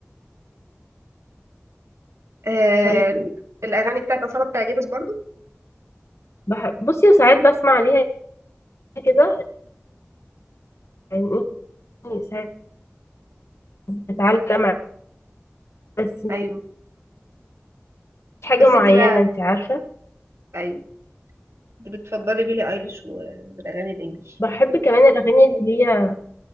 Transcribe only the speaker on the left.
طيب
بح... بصي ساعات بسمع عليها كده يعني إيه، ساعات بتعلم ع- بس مش
حاجة
معينة
انت عارفة
بحب كمان الأغاني اللي هي